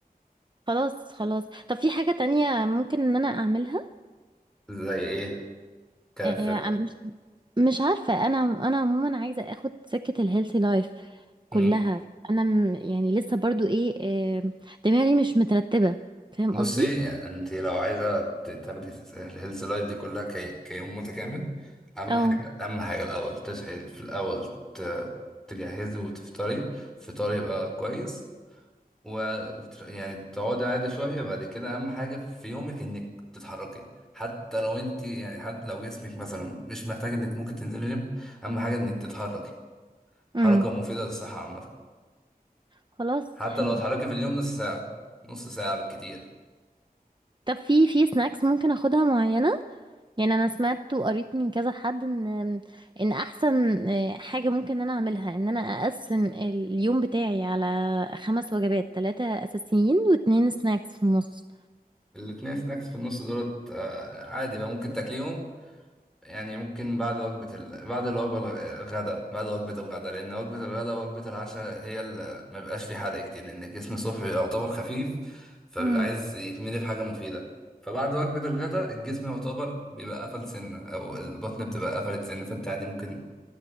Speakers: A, on the right (about 30°); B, in the centre.
A: خلاص خلاص طب في حاجة تانية ممكن ان انا اعملها
B: زي ايه كف
A: آه مش مش عارفة انا انا عموما عايزة اخد سكة الهيلثي لايف
B: في
A: كلها انا م- يعني لسه برضو ايه آه، دماغي مش مترتبة فاهم
B: بصي
A: قصدي
B: انت لو عايزه ت- تاخدي الهيلث لايف دي كلها كي... كيوم متكامل اهم
A: اه
B: حاجه اهم حاجه الاول تصحي في الاول ت... تجهزي وتفطري فطار يبقى كويس و... وتر... يعني تقعدي عادي شويه بعد كده اهم حاجه في يومك انك تتحركي حتى لو انت يعني حتى لو جسمك مثلا مش محتاج انك ممكن تنزلي جيم اهم حاجه انك تتحركي حركه
A: امم
B: مفيده للصحه عامه
A: خلاص
B: حتى
A: حلو
B: لو اتحركي في اليوم نص ساعه نص ساعه بالكتير
A: طب في في سناكس ممكن اخدها معينة يعني انا سمعت وقريت من كذا حد ان ان احسن حاجه ممكن انا اعملها ان انا اقسم اليوم بتاعي على خمس وجبات ثلاثه اساسيين واتنين سناكس في النص
B: الاتنين سناكس في النص دولت آه، عادي بقى ممكن تاكليهم يعني ممكن بعد وجبة ال... بعد الوجبة الغداء بعد وجبة الغداء لأن وجبة الغداء ووجبة العشاء هي اللي ما بيبقاش في حرق كتير لأن الجسم الصبح يعتبر خفيف فبيبقى
A: امم
B: عايز يتملي بحاجة مفيدة فبعد وجبة الغداء الجسم يعتبر بيبقى قفل سنة أو البطن بتبقى قفلت سنة فأنت عادي ممكن